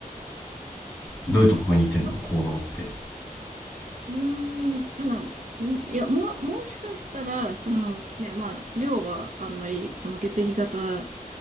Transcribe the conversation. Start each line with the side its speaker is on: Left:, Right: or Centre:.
Centre: どういうとこが似てんの行動って。
Right: なんか、とうーん、なんか、うんいや、ももしかしたら、そのね、まあ、量はあんまり、その血液型、